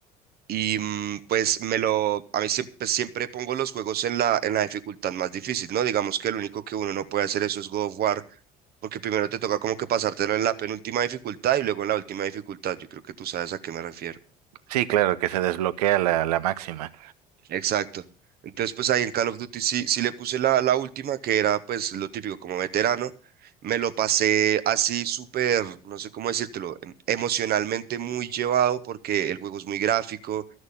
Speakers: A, on the right; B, on the right.
A: Y mm, pues me lo, a mí siempre, pues, siempre pongo los juegos en la, en la dificultad más difícil, ¿no? Digamos que lo único que uno no puede hacer eso es God of War, porque primero te toca como que pasártelo en la penúltima dificultad y luego en la última dificultad. Yo creo que tú sabes a qué me refiero.
B: Sí, claro, que se desbloquea la, la máxima.
A: Exacto. Entonces, pues ahí en Call of Duty sí, sí le puse la, la última, que era pues lo típico como veterano. Me lo pasé así súper, no sé cómo decírtelo, em- emocionalmente muy llevado porque el juego es muy gráfico,